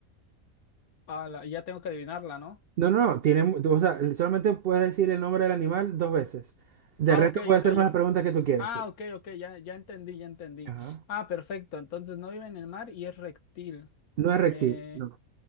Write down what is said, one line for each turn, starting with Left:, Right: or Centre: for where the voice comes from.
Left: Ah, la- ya tengo que adivinarla, ¿no?
Right: No, no, no. Tiene, mu- o sea, solamente puedes decir el nombre del animal dos veces. De
Left: Ah,
Right: resto,
Left: ok,
Right: puedes
Left: ok.
Right: hacerme
Left: ya-
Right: las preguntas que tú quieras,
Left: ah,
Right: sí.
Left: ok, ok, ya, ya entendí, ya entendí.
Right: Ajá.
Left: Ah, perfecto. Entonces no vive en el mar y es reptil.
Right: No es reptil.
Left: Eh,
Right: No.